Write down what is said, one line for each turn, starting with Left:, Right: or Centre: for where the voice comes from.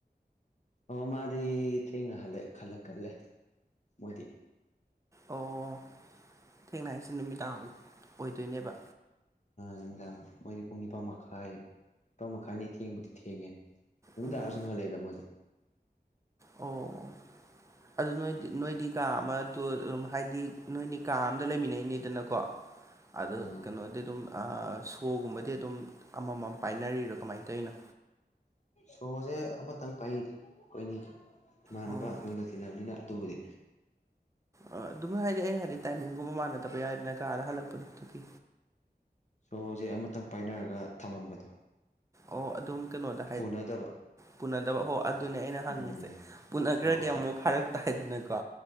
Left: ꯑꯣ ꯃꯥꯗꯤ ꯊꯦꯡꯅꯜꯂ ꯈꯜꯂꯛꯀꯜꯂꯦ ꯃꯣꯏꯗꯤ꯫
Right: ꯑꯣ ꯊꯦꯡꯅ ꯍꯥꯏꯁꯤ ꯅꯨꯃꯤꯗꯥꯡ ꯑꯣꯏꯗꯣꯏꯅꯦꯕ꯫
Left: ꯅꯨꯃꯤꯗꯥꯡ ꯃꯣꯏꯗꯤ ꯄꯨꯡ ꯅꯤꯄꯥꯟ ꯃꯈꯥꯏ ꯅꯤꯄꯥ ꯃꯈꯥꯏ ꯑꯅꯤ ꯊꯦꯡꯕꯗꯤ ꯊꯦꯡꯉꯦ꯫ ꯅꯨꯃꯤꯗꯥꯡꯔꯁꯨ
Right: ꯎꯝ
Left: ꯍꯜꯂꯛꯦꯗ ꯃꯣꯏꯗꯤ꯫
Right: ꯑꯣ ꯑꯗꯨ ꯅꯣꯏꯗꯤ ꯅꯣꯏꯗꯤ ꯀꯥ ꯑꯃꯗ ꯑꯗꯨꯝ ꯍꯥꯏꯗꯤ ꯅꯣꯏꯗꯤ ꯀꯥ ꯑꯝꯗ ꯂꯩꯃꯤꯟꯅꯩꯅꯦꯗꯅꯀꯣ꯫ <inaudible> ꯑꯗ
Left: ꯎꯝ
Right: ꯀꯩꯅꯣꯗꯤ ꯑꯗꯨꯝ ꯁꯣꯒꯨꯝꯕꯗꯤ ꯑꯗꯨꯝ ꯑꯃꯃꯝ ꯄꯥꯏꯅꯔꯤꯔꯣ ꯀꯃꯥꯏꯅ ꯇꯧꯔꯤꯅꯣ
Left: ꯁꯣꯁꯦ ꯑꯃꯇꯪ ꯄꯥꯏꯗ ꯑꯩꯈꯣꯏꯅꯤꯒꯤ꯫ ꯏꯃꯥꯟꯅꯕ
Right: ꯑꯣ
Left: ꯂꯨꯅ ꯇꯤꯟꯅꯅꯕꯅꯤꯅ ꯑꯗꯨꯕꯨꯗꯤ꯫
Right: ꯑ ꯑꯗꯨꯝ ꯍꯥꯏꯗꯤ ꯑꯩꯅ ꯍꯥꯏꯗꯤ ꯇꯥꯏꯃꯤꯡꯒꯨꯝꯕ ꯃꯥꯟꯅꯗꯕ ꯌꯥꯏꯦꯗꯅ ꯀꯥꯗ ꯍꯜꯂꯛꯄ ꯑꯗꯨꯒꯤ꯫
Left: ꯁꯣꯖꯦ ꯑꯃꯇꯪ ꯄꯥꯏꯅꯔꯒ ꯊꯝꯃꯝꯕꯗꯣ꯫
Right: ꯑꯣ ꯑꯗꯨꯝ ꯀꯩꯅꯣꯗ꯫
Left: ꯄꯨꯅꯗꯕ
Right: ꯄꯨꯅꯗꯕ ꯍꯣ ꯑꯗꯨꯅꯦ ꯑꯩꯅ ꯍꯪꯉꯤꯁꯦ
Left: ꯎꯝ
Right: ꯄꯨꯅꯈ꯭ꯔꯗꯤ
Left: ꯑꯣ
Right: ꯑꯃꯨꯛ ꯐꯔꯛ꯫ ꯍꯥꯏꯗꯅꯀꯣ